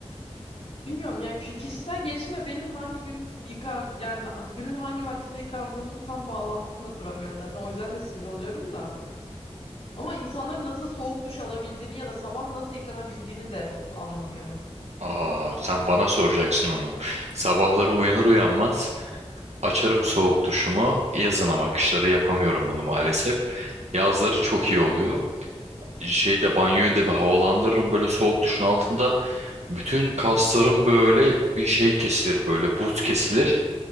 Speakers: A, on the left; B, on the right.
A: bilmiyorum yani ki- kişisel gelişimle benim hangi gün yıkan yani ha- günün hangi vaktinde yıkandığımın tam bağlantısını da kuramıyorum zaten. O yüzden de sinir oluyorum da. Ama insanların nasıl soğuk duş alabildiğini ya da sabah nasıl yıkanabildiğini de anlamıyorum.
B: aa, sen bana soracaksın onu. Sabahları uyanır uyanmaz açarım soğuk duşumu. Yazın ama kışları yapamıyorum bunu maalesef. Yazları çok iyi oluyor. Şeyde banyoyu da bir havalandırırım böyle soğuk duşun altında. Bütün kaslarım böyle bir şey kesilir böyle buz kesilir.